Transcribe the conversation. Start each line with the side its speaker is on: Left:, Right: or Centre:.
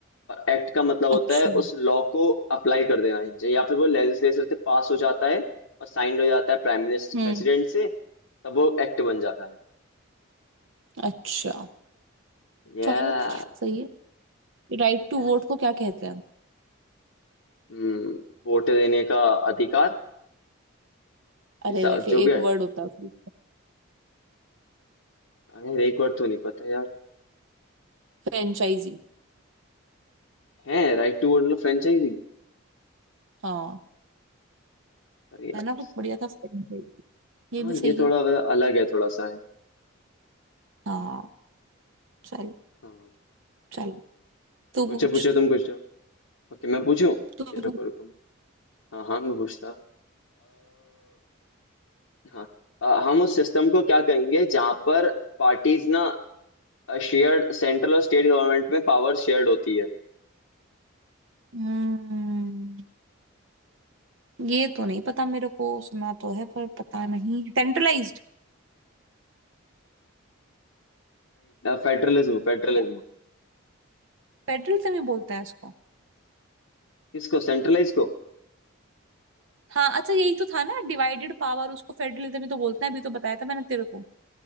Left: एक्ट का मतलब होता
Right: अच्छा
Left: है उस लॉ को अप्लाई कर देना चाहिए या फिर वो लेजिस्लेचर से पास हो जाता है और साइंड हो जाता है प्राइम मिनिस्टर
Right: हम्म
Left: प्रेसिडेंट से तब वो एक्ट बन जाता है
Right: अच्छा
Left: यस
Right: चलो सही है राइट टू
Left: यस
Right: वोट को क्या कहते हैं
Left: हम्म वोट देने का अधिकार
Right: अरे
Left: हिसा-
Right: वैसे
Left: जो भी
Right: एक वर्ड होता है उसमें।
Left: अरे एक बार तो नहीं पता यार
Right: फ्रेंचाइजी
Left: है राइट टू वोट मतलब फ्रेंचाइजिंग
Right: हाँ
Left: अरे यार
Right: है ना कुछ
Left: इस,
Right: बढ़िया था फ्रेंचाइजी ये
Left: हाँ
Right: भी सही
Left: ये थोड़ा
Right: है
Left: अलग है थोड़ा सा है
Right: हाँ चल
Left: हाँ
Right: चल तू
Left: पूछो
Right: पूछ
Left: पूछो तुम कुछ ओके मैं पूछूं ओके
Right: तू
Left: रुको
Right: पूछ
Left: रुको हाँ हाँ मैं पूछता हाँ अ, हम उस सिस्टम को क्या कहेंगे जहां पर पार्टीज ना शेयर्ड सेंट्रल और स्टेट गवर्नमेंट में पावर शेयर्ड होती है
Right: हम्म ये तो नहीं पता मेरे को सुना तो है पर पता नहीं सेंट्रलाइज्ड
Left: Federalism federalism
Right: है फेडरलिज्म ही बोलते हैं इसको
Left: किसको सेंट्रलाइज को
Right: हाँ अच्छा यही तो था ना डिवाइडेड पावर उसको फेडरलिज्म ही तो बोलते हैं अभी तो बताया था मैंने तेरे को